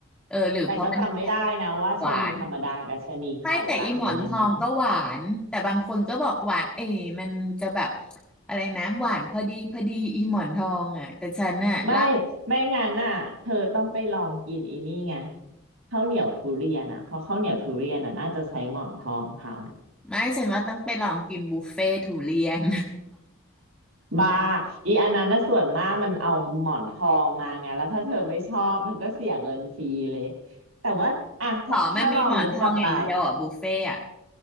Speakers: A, in the centre; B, on the right.
A: เออหรือเพราะมัน
B: แต่ก็จำไม่ได้นะว่าชะนีธรรมดากับชะนีไข่ต่างกันยังไง
A: หวาน ไม่แต่อีหมอนทองก็หวานแต่บางคนก็บอกหวานเอ้ยมันจะแบบอะไรนะหวานพอดีพอดีอีหมอนทองอ่ะแต่ฉันน่ะล่า
B: ไม่ไม่งั้นน่ะเธอต้องไปลองกินอีนี่ไงข้าวเหนียวทุเรียนอ่ะเพราะข้าวเหนียวทุเรียนอ่ะน่าจะใช้หมอนทองทำ
A: ไม่ฉันว่าต้องไปลองกินบุฟเฟ่ทุเรียน
B: บาอีอันนั้นน่ะส่วนมากมันเอาหมอนทองมาไงแล้วถ้าเธอไม่ชอบเธอก็เสียเงินฟรีเลยแต่ว่าอ่ะถ้าถ้าลองนึกกลับไป
A: <laughs> ต่อมันมีหมอนทองอย่างเดียวอ่ะบุฟเฟ่อ่ะ